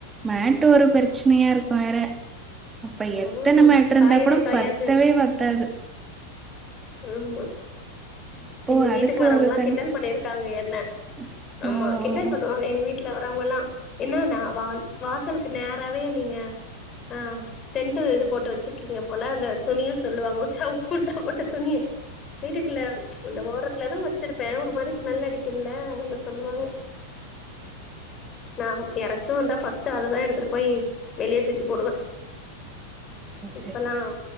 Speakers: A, on the right; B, on the left.
A: மேட் ஒரு பிரச்சனையா இருக்கு வேற அப்ப எத்தன
B: ம்
A: மேட் இருந்தா
B: காயவே
A: கூட
B: காயாது
A: பத்தவே பத்தாது
B: ஆமா
A: அப்போ
B: எங்க வீட்டுக்கு
A: அதுக்கு
B: வரவங்களா
A: ஒரு தனி
B: கிண்டல் பண்ணிருக்காங்க என்ன
A: ஓ!
B: ஆமா கிண்டல் பண்ணுவா க எங்க வீட்ல வர்றவங்கெல்லா என்ன நா வா வாசலுக்கு நேராவே நீங்க ஆ சென்ட் இது போட்டு வச்சிருக்கி கீங்க போல அந்த துணிய சொல்லுவாங்க உச்சா போட்டா போட்ட துணிய வீட்டுக்குள்ள அந்த ஓரத்துல நா வச்சிருப்பே ஒரு மாரி ஸ்மெல் அடிக்கும்ல அத சொல்லுவாங்க நா யாராச்சு வந்தா ஃபஸ்ட் அததா எடுத்துட்டு போய் வெளியே தூக்கி போடுவே இப்பல்லா
A: சரி, சரி.